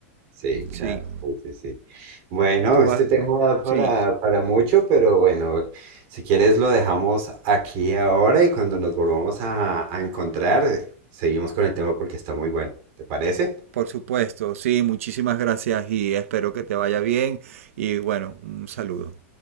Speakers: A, on the right; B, on the right.
A: Sí,
B: Sí,
A: claro, sí, sí, sí. Bueno,
B: tú
A: este
B: vas,
A: tema da para,
B: sí,
A: para mucho, pero bueno, si quieres lo dejamos aquí ahora y cuando nos volvamos a, a encontrar, seguimos con el tema porque está muy bueno. ¿Te parece?
B: por supuesto, sí, muchísimas gracias y espero que te vaya bien y bueno, un saludo.